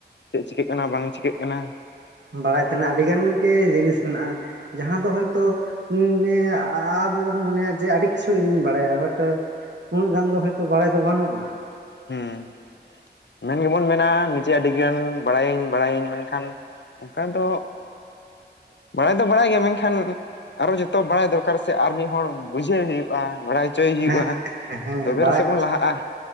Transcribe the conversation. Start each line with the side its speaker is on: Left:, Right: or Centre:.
Left: ᱪᱮᱫ ᱪᱤᱠᱟᱹᱜ ᱠᱟᱱᱟ ᱵᱟᱝ ᱪᱤᱠᱟᱹᱜ ᱠᱟᱱᱟ᱾
Right: ᱵᱟᱲᱟᱭ ᱛᱟᱦᱮᱸᱱᱟᱜ ᱟᱹᱰᱤ ᱜᱟᱱ ᱜᱮ ᱡᱤᱱᱤᱥ ᱢᱮᱱᱟᱜᱼᱟ ᱡᱟᱦᱟᱸ ᱫᱚ ᱦᱚᱳᱭᱛᱚ ᱦᱮ ᱟᱵᱚ ᱵᱚᱱ ᱢᱚᱱᱮᱭᱟ ᱡᱮ ᱟᱹᱰᱤ ᱠᱤᱪᱷᱩ ᱤᱧᱤᱧ ᱵᱟᱲᱟᱭᱟ ᱵᱟᱴ, ᱩᱱᱟᱹᱜ ᱜᱟᱱ ᱫᱚ ᱦᱳᱭᱛᱳ ᱵᱟᱲᱟᱭ ᱫᱚ ᱵᱟᱹᱱᱩᱜᱼᱟ᱾
Left: ᱦᱮᱸ ᱢᱮᱱ ᱜᱮᱵᱚᱱ ᱢᱮᱱᱟ ᱱᱤᱡᱮ ᱟᱹᱰᱤᱜᱟᱱ ᱵᱟᱲᱟᱭᱟᱹᱧ ᱵᱟᱲᱟᱭᱟᱹᱧ ᱢᱮᱱᱠᱷᱟᱱ, ᱚᱱᱠᱟ <inaudible> ᱫᱚ ᱵᱟᱲᱟᱭ ᱫᱚ ᱵᱟᱲᱟᱭ ᱜᱮᱭᱟ ᱢᱮᱱᱠᱷᱟᱱ ᱟᱨᱚ ᱡᱚᱛᱚ ᱵᱟᱲᱟᱭ ᱫᱚᱨᱠᱟᱨ ᱥᱮ ᱟᱨ ᱢᱤᱫ ᱦᱚᱲ ᱵᱩᱡᱷᱟᱹᱣ ᱦᱩᱭᱩᱜᱼᱟ ᱵᱟᱲᱟᱭ ᱪᱮᱭ ᱦᱩᱭᱩᱜᱼᱟ
Right: ᱦᱮᱸ ᱦᱮᱸ
Left: ᱛᱚᱵᱮ
Right: ᱵᱟᱲᱟᱭ
Left: ᱨᱮᱥᱮ ᱵᱚᱱ ᱞᱟᱦᱟᱜᱼᱟ ᱾